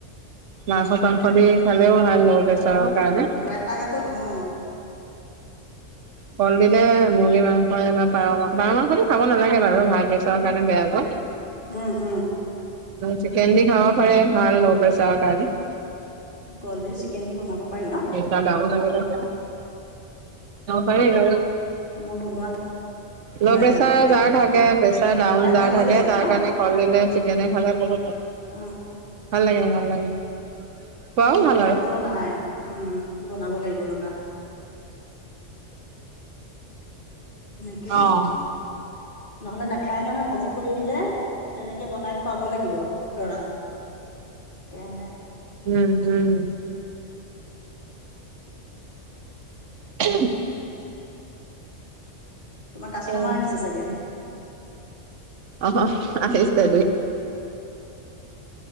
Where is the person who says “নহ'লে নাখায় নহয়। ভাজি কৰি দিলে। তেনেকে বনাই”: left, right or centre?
Left